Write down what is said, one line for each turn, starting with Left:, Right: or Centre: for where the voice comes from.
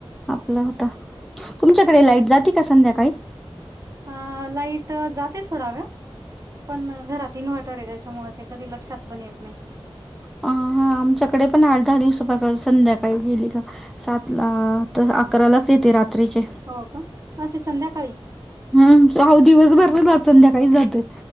Centre: आपलं आता तुमच्याकडे लाईट जाती का संध्याकाळी?
Right: अ लाईट जाते थोडा वेळ. पण घरात इन्व्हर्टर आहे त्याच्यामुळे ते कधी लक्षात पण येत नाही
Centre: अ हा आमच्याकडे पण आठ दहा दिवस बघा संध्याकाळी गेली का सात ला तर अकरालाच येते रात्रीचे
Right: हो का? अशी संध्याकाळी..
Centre: हम्.. चार दिवस भरला आज. संध्याकाळी जातेत,